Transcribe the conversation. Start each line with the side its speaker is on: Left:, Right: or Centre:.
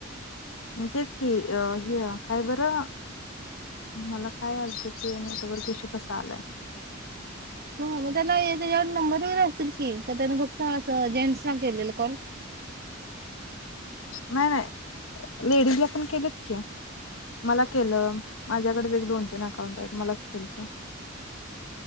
Left: तेच कि अ हे काय बरं मला काय आत ते नता व केेशू तसा आलाय
Right: ह मग त्याला त्याच्यावर नंबर वगैरे असतील कि तर त्यान फक्त जेंट्स ना केलेलं कॉल
Left: नाही नाही नाही लेडीज ला पण केलेत की मला केलं माझ्याकडेच एक दोन अकाउंट आहेत मलाच खलत